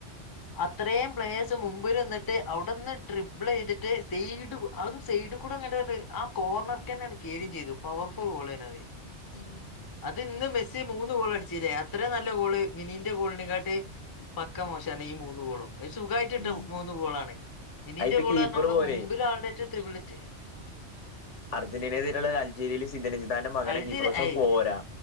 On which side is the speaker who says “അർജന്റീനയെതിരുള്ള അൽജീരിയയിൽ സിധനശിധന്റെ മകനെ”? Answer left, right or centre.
Left